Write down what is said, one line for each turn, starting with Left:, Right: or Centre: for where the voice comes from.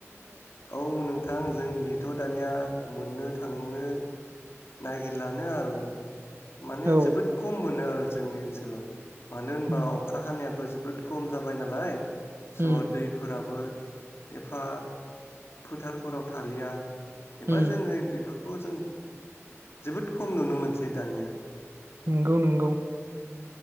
Left: औ नोंथां जोंनिखैथ' दानिया मोननो थां नो नागिरलानो आरो माने
Right: औ
Left: जोबोद खम मोनो आरो जोंनि ओनसोलाव। मानो होनबा
Right: उम
Left: अखा हानायाबो जो बोद खम जाबाय नालाय। स'
Right: उम
Left: दैफोराबो एफा फोथारफोराव थालिया। एबा
Right: उम
Left: जोङो बिबो बेखौ जों जोबोद खम नुनो मोनसै दानिया।
Right: नोंगौ नोंगौ।